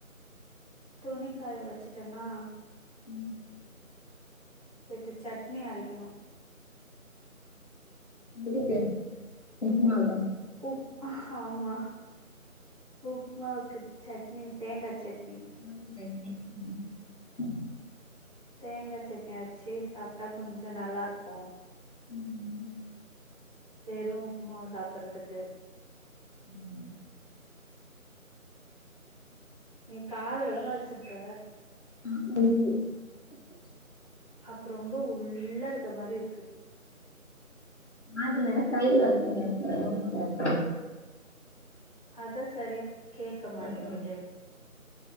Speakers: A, on the right (about 25°); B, on the left (about 50°).
A: துணிக்காய வெச்சுட்டன்னா
B: ம்.
A: போயிட்டு சட்னி அரைக்கணு.
B: எதுக்கு உப்மாவுக்கா?
A: குப் ஆமா உப்மாவுக்கு சட்னி தேங்கா சட்
B: <inaudible> சட்னி ம் ம்.
A: தேங்கா சட்னி அரச்சி சாப்ட்டா கொஞ்சோ நல்லாருக்கு.
B: ம்.
A: வெறு உப்மாவ சாப்பறதுக்கு.
B: ம்.
A: நீ காதுல தான வெச்சிருக்க.
B: ஆமா <inaudible>
A: அப் ரொம்ப உள்ள இருக்க மாரி இருக்கு.
B: காதுல சைட்ல வெச்சினு பேசறது உனுக் கேக்கல.
A: அதா சரியாக் கேக்க மாட்டிங்குது.
B: ம் ம்